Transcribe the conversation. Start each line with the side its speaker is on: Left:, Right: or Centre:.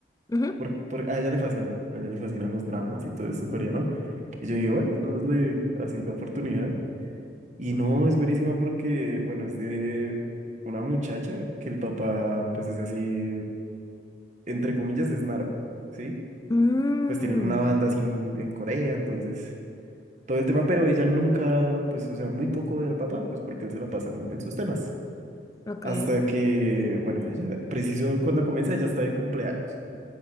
Left: Ujú.
Right: por- por- a ella le fascinan, a ella le fascinan los dramas y todo eso coreano. Y yo dije, bueno, démosle así la oportunidad. Y no, es buenísima porque, bueno, es de una muchacha que el papá, pues es así, entre comillas, es narco, ¿sí?
Left: Mm,
Right: Pues tienen una banda así en, en Corea, entonces, todo el tema, pero ella nunca, pues, o sea, muy poco ve al papá, pues porque él se la pasa en en sus temas.
Left: ok.
Right: Hasta que, bueno, ella, preciso cuando comienza, ella está de cumpleaños.